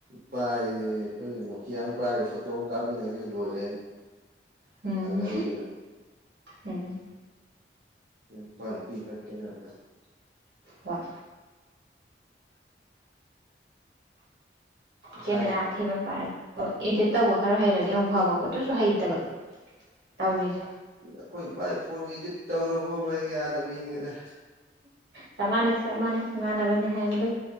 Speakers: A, on the right (about 50°); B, on the right (about 70°).
A: ꯄꯥꯏ ꯑꯩꯈꯣꯏ ꯅꯣꯀꯤꯌꯥ ꯑꯃ ꯄꯥꯏ ꯐꯣꯇꯣ ꯑꯃ ꯀꯥꯞꯃꯤꯟꯅꯔꯒ ꯂꯣꯏꯔꯦ
B: ꯎꯝ
A: ꯂꯥꯛꯅꯕꯅꯤꯅ
B: ꯎꯝ
A: ꯎꯝ ꯅꯨꯄꯥ ꯅꯨꯄꯤ ꯈꯔ ꯈꯦꯠꯅꯔꯛꯀꯅꯤ
B: ꯍꯣꯏ
A: ꯃꯁꯥꯏꯅꯦ
B: ꯀꯦꯃꯦꯔꯥ ꯑꯊꯤꯕ ꯄꯥꯏ ꯏꯗꯤꯠ ꯇꯧꯕ ꯈꯔ ꯍꯩꯔꯗꯤ ꯑꯃꯨꯛ ꯐꯕꯀꯣ ꯑꯗꯨꯁꯨ ꯍꯩꯇꯕ ꯇꯧꯔꯤꯖ
A: ꯑꯈꯣꯏ ꯄꯥꯏ ꯐꯣꯟꯖꯤꯗꯤ ꯇꯧꯔ ꯐꯥꯎꯕ ꯍꯦꯛ ꯌꯥꯗꯕꯤꯅꯤꯗ꯫
B: ꯆꯞ ꯃꯥꯟꯅꯩ ꯆꯞ ꯃꯥꯟꯅꯩ ꯏꯃꯥꯟꯅꯕꯅꯤ ꯍꯥꯏꯕꯗꯨ